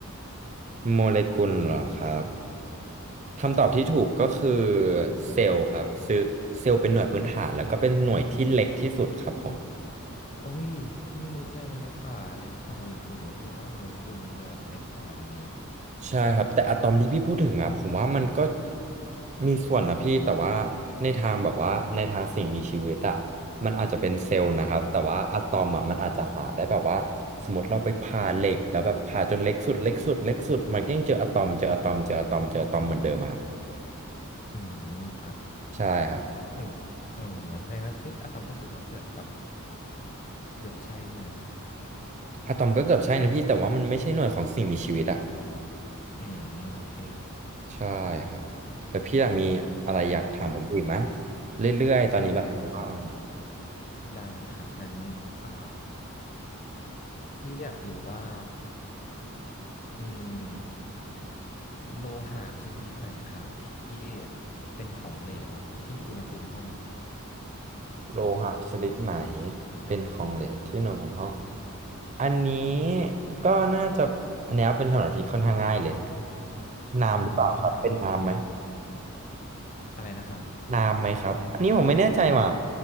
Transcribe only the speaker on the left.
โอ้ยพี่ไม่รู้เลยมันเล็กกว่าเล็กกว่าโมเลกุลเหรอพี่นึกว่าโมเลกุลมันจะเล็กกว่าอะไรอย่างงี้
อืมครับ
นี่โอ้โหแสดงว่าติ๊กอะตอมก็ถือว่าเกือบแบบเกือบใช่ใช่ไหม
อืมโอเค
ได้ครับได้ครับงั้นอ่าพี่อยากรู้ว่าอืมโลหะชนิดไหนครับที่เป็นของเหลวที่อุณหภูมิห้อง
อืมครับอะไรนะครับ